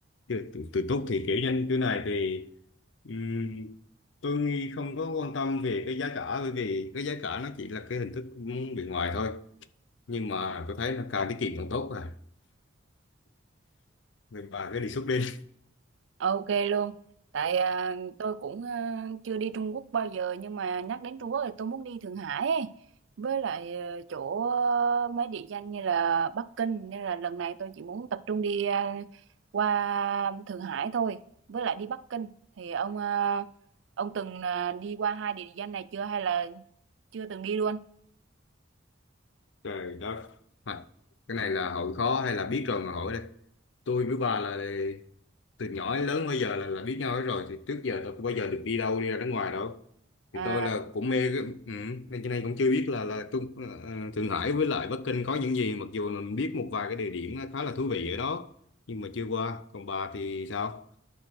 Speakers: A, on the left; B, on the right.
A: du lịch tự, tự túc thì kiểu như thế này thì Ừm, tôi nghĩ không có quan tâm về cái giá cả bởi vì cái giá cả nó chỉ là cái hình thức bên ngoài thôi nhưng mà tôi thấy là càng tiết kiệm càng tốt rồi mình bà cái đề xuất đi <laughs>
B: Ok luôn. Tại à, tôi cũng à, chưa đi Trung Quốc bao giờ nhưng mà nhắc đến Trung Quốc thì tôi muốn đi Thượng Hải ấy. Với lại à, chỗ à, mấy địa danh như là Bắc Kinh nên là lần này tôi chỉ muốn tập trung đi à, qua Thượng Hải thôi. Với lại đi Bắc Kinh thì ông à, ông từng à, đi qua hai địa danh này chưa hay là chưa từng đi luôn?
A: trời đất à, cái này là hỏi khó hay là biết rồi mà hỏi đây tôi với bà là từ nhỏ đến lớn bây giờ là, là biết nhau hết rồi thì trước giờ tôi không bao giờ được đi đâu đi ra nước ngoài đâu thì
B: À
A: tôi là cũng mê cái- ừ, nên cho nên cũng chưa biết là là tôi, ờ, ờ, Thượng Hải với lại Bắc Kinh có những gì mặc dù là mình biết một vài cái địa điểm khá là thú vị ở đó nhưng mà chưa qua còn bà thì sao